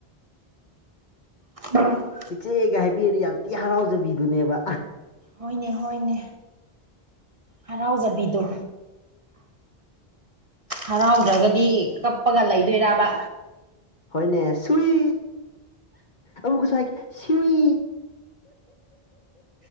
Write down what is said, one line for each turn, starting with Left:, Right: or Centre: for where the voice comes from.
Right: <inaudible>
Left: ꯏꯆꯦꯒ ꯍꯥꯏꯕꯤꯔꯗꯤ ꯌꯥꯝ ꯊꯤ ꯍꯔꯥꯎꯖꯕꯤꯗꯨꯅꯦꯕ
Right: ꯍꯣꯏꯅꯦ ꯍꯣꯏꯅꯦ ꯍꯔꯥꯎꯖꯕꯤꯗꯣ ꯍꯔꯥꯎꯗ꯭ꯔꯒꯗꯤ ꯀꯞꯄꯒ ꯂꯩꯗꯣꯏꯔꯕ
Left: ꯍꯣꯏꯅꯦ ꯁꯨꯏ ꯑꯃꯨꯛꯀꯁꯨ ꯍꯥꯏꯒꯦ ꯁꯤꯋꯤ